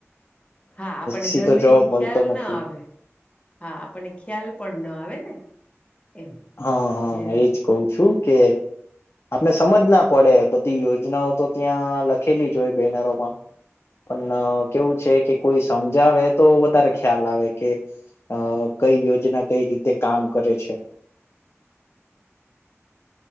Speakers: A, on the left; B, on the left.
A: હા આપણને
B: સીધો
A: જલ્દીથી
B: જવાબ મળતો
A: ખ્યાલ
B: નથી
A: ના આવે. હા આપણને ખ્યાલ પણ ન આવે ને. એમ
B: હ હ
A: જે
B: એજ કવ છું કે આપને સમજ ના પડે બધી યોજનાઓ તો ત્યાં લખેલી જ હોય બેનરો પણ પણ કેવું છે કે કોઈ સમજાવે તો વધારે ખ્યાલ આવે કે અ કઈ યોજના કઈ રીતે કામ કરે છે. <unintelligible>